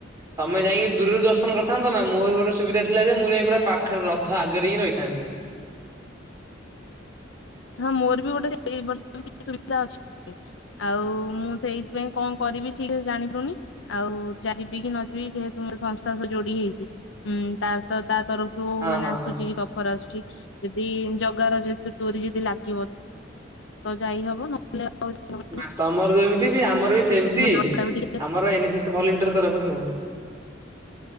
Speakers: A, on the right; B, on the left.
A: ତମେ ଯାଇକି ଦୂରରୁ ଦର୍ଶନ କରିଥାନ୍ତ ନା ମୋର ଗୋଟେ ସୁବିଧା ଥିଲା ଯେ ମୁଁ ଯାଇ ପୁରା ପାଖରେ ରଥ ଆଗରେ ହିଁ ରହିଥାନ୍ତି।
B: ହଁ ମୋର ବି ଗୋଟେ ଏଇ ବର୍ଷ ବି ସୁବିଧା ଅଛି। ଆଉ ମୁଁ ସେଇଥିପାଇଁ କଣ କରିବି ଠିକରେ ଜାଣିପାରୁନି। ଆଉ ଯାହା ଯିବିକି ନ ଯିବି ଯେହେତୁ ମୋର ସଂସ୍ଥା ସହ ଯୋଡି ହେଇଛି ହୁଁ ତା ସହ ତା ତରଫରୁ
A: ହଁ
B: ମାନେ
A: ହଁ
B: ଆସୁଛି
A: ହଁ।
B: ଅଫର ଆସୁଛି ଯଦି ଜଗାର ଯେହେତୁ ଡୋରି ଯଦି ଲାଗିବ ତ ଯାଇ ହବ ନ ହେଲେ ଆଉ <unintelligible>
A: ବାସ ତମର ଯେମିତି ବି ଆମର ବି ସେମିତି।
B: ମୋ ଦେହଟା
A: ଆ
B: ବି ଟିକେ
A: ଆମର ଏନ୍ ଏସ୍ ଏସ୍ ଭଲଣ୍ଟିର ତରଫରୁ